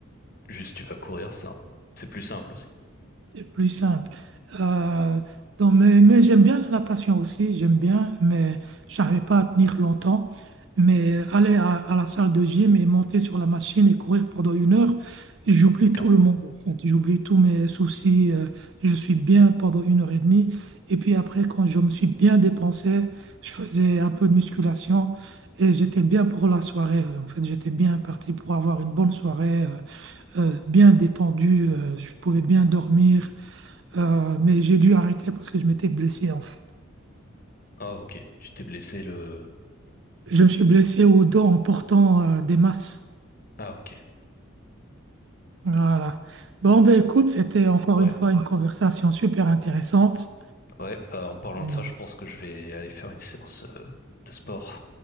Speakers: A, on the left; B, on the right.
A: Juste, tu vas courir, ça. C'est plus simple aussi.
B: C'est plus simple. Euh, donc, mais mais j'aime bien la natation aussi, j'aime bien, mais j'arrivais pas à tenir longtemps. Mais aller à, à la salle de gym et monter sur la machine et courir pendant une heure, j'oublie
A: Aucun
B: tout
A: problème.
B: le monde en fait. J'oublie tous mes soucis. euh, je suis bien pendant une heure et demie. Et puis après, quand je me suis bien dépensé, je faisais un peu de musculation et j'étais bien pour la soirée. En fait, j'étais bien parti pour avoir une bonne soirée, euh, euh, bien détendue. euh, je pouvais bien dormir. Euh, mais j'ai dû arrêter parce que je m'étais blessé en fait.
A: Ah ok, tu t'es blessé le...
B: Je me suis blessé au dos en portant euh, des masses.
A: Ah ok.
B: Voilà. Bon, ben écoute, c'était encore
A: Ouais,
B: une fois une conversation super intéressante.
A: ouais, bah, en parlant
B: Mm.
A: de ça, je pense que je vais aller faire une séance euh, de sport.